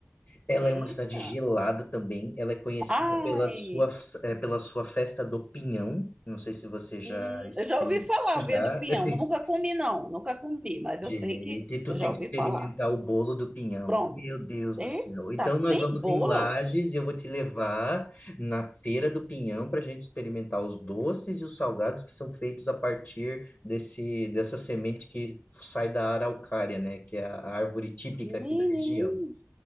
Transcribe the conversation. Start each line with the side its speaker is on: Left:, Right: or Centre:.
Left: Ela
Right: Eita.
Left: é uma cidade gelada também. Ela é conhecida
Right: Ai,
Left: pela sua, eh, pela sua festa do Pinhão. Não sei se você já
Right: Hum,
Left: experimentou.
Right: eu já ouvi falar
Left: Já.
Right: vendo pinhão.
Left: <laughs>
Right: Nunca comi, não. Nunca comi, mas eu
Left: Gente,
Right: sei que
Left: tu
Right: eu
Left: tem
Right: já ouvi
Left: que experimentar
Right: falar.
Left: o bolo do pinhão.
Right: Pronto.
Left: Meu Deus do
Right: Eita,
Left: céu. Então nós
Right: tem
Left: vamos
Right: bolo?
Left: em Lages e eu vou te levar na Feira do Pinhão para a gente experimentar os doces e os salgados que são feitos a partir desse dessa semente que sai da araucária, né, que é a árvore típica
Right: Menino,
Left: aqui da região.